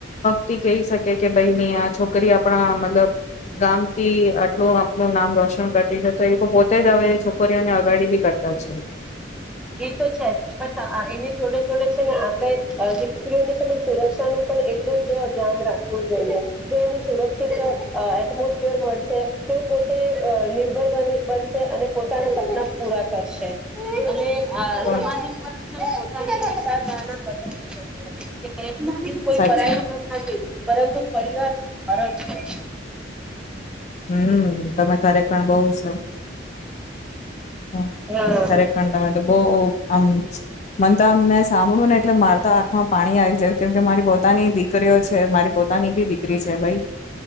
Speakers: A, on the left; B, in the centre.
A: કહી શકે કે ભાઈની આ છોકરી આપ મતલબ ગામ થી આટલું આપું નામ રોશન કરતી છે, તો એ લોકો પોતે હવે છોકરીઓને અગાડી બી કરતા છે.
B: એ તો છે એની જોડે જોડે છે, ને આપણે દીકરીઓની છે ને સુરક્ષાનું પણ એટલું જ ધ્યાન રાખવું જોઈએ, જો એમને સુરક્ષિત એટમોસ્ફિયર મળશે, તે પોતે નિર્ભર બનશે અને પોતાના સપના પૂરા કરશે, અને અ
A: તો
B: સામાજિક ની વિચાર ધારણા બદલવી જોઈએ. બેટી કોય
A: સાચી
B: પરાયો ધન નથી. પરંતુ પરિવાર નું ભારત છે.
A: હમ તમે ખરેખર બહુ સ હમ્મ
B: હા
A: ખરેખર તમે તો બવ હું ઓ ઓ આમ મન તો આમ મેં સાંભળ્યું ને એટલે મારતા આંખમાં પાણી આવી જાય કેમ કે મારી પોતાની દીકરીઓ છે. મારી પોતાની બી દીકરી છે, ભાઈ